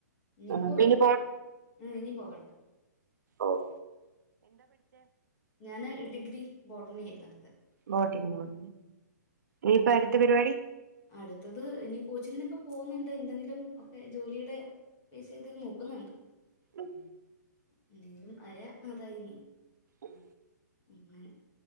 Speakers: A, on the left (about 25°); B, on the right (about 70°).
A: ഇനിപ്പോ
B: അപ്പൊ ഇനി
A: ഉ ഇനി പോവണ്ട.
B: ഓഹ്
A: ഞാന് ഡിഗ്രി ബോട്ടനി ഏർന്ന്
B: മോട്ട ന മോട്ട ഇയിപ്പൊ അടുത്ത പരിപാടി
A: അടുത്തത് ഇനി കോച്ചിങ്ങിനൊക്കെ പോകുന്നുണ്ട് എന്തെങ്കിലും ഒക്കെ ജോലിയുടെ പേസീദ് നോക്കുന്നുണ്ട്.
B: ഉം
A: എന്തെങ്കിലും അയാ അതായിരുന്നു.
B: ഉം
A: അങ്ങനെ